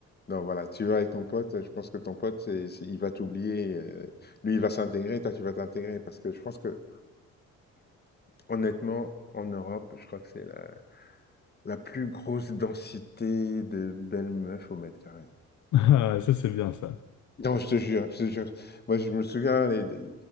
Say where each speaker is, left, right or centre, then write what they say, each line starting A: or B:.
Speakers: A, on the left; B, on the left.
A: non, voilà, tu vas avec ton pote. Je pense que ton pote, c'est, c'est- il va t'oublier. euh, lui, il va s'intégrer. Toi, tu vas t'intégrer. Parce que je pense que, honnêtement, en Europe, je crois que c'est la, la plus grosse densité de belles meufs au mètre carré.
B: <laughs> Ah, ça, c'est bien, ça.
A: Non, je te jure, je te jure. Moi, je me souviens, les, des-